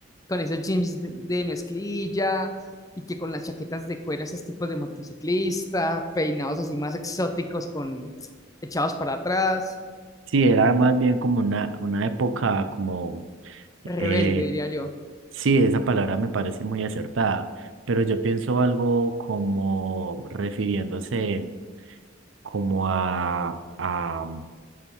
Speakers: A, on the left (about 20°); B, on the right (about 80°).
A: con esos jeans de, de mezclilla y que con las chaquetas de cuero, esos tipos de motociclista, peinados así más exóticos, con echados para atrás,
B: Sí, era más bien como una, una época como
A: rebelde,
B: Eh,
A: diría yo.
B: sí, esa palabra me parece muy acertada, pero yo pienso algo como refiriéndose como a, a